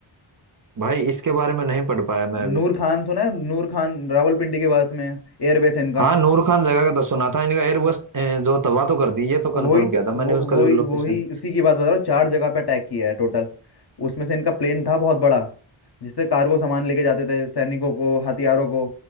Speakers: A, on the right; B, on the left.
A: भाई इसके बारे में नहीं पढ़ पाया मैं अभी
B: नूर खान सुना है नूर खान रावलपिंडी के पास में एयरबेस है इनका
A: हाँ नूर खान जगह का तो सुना था इनका एयरबस जो तबाह तो कर दी ये तो कंफर्म
B: वही तो
A: किया था मैंने
B: वो
A: उसका
B: वही
A: जो लोकेशन
B: वही उसी की बात बता रहा हूँ चार जगह पे अटैक किया है टोटल उसमें से इनका प्लेन था बहुत बड़ा जिससे कार्गो सामान लेके जाते थे सैनिकों को हथियारों को